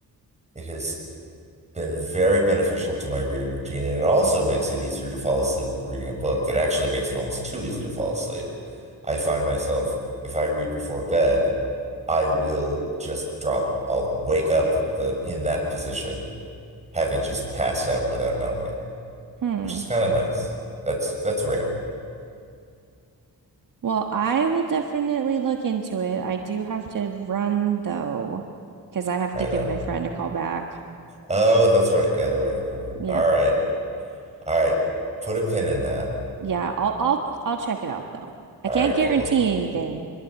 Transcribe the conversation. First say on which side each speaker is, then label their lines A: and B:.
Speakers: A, on the right (about 20°); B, on the right (about 55°).
A: it has been very beneficial to my reading routine. And it also makes it easier to fall asleep reading a book. It actually makes it almost too easy to fall asleep. I find myself, if I read before bed, I will just drop, I'll wake up with the, in that position, having just passed out without knowing it,
B: hmm.
A: which is kind of nice. That's, that's rare,
B: Well, I will definitely look into it. I do have to run though, because I have
A: right?
B: to give
A: on.
B: my friend a call back.
A: Oh, that's right. Yeah, they're waiting for you.
B: Yep.
A: All right. All right. Put a pin in that.
B: Yeah, I'll I'll I'll check it out though.
A: All
B: I can't
A: right,
B: guarantee
A: cool.
B: anything,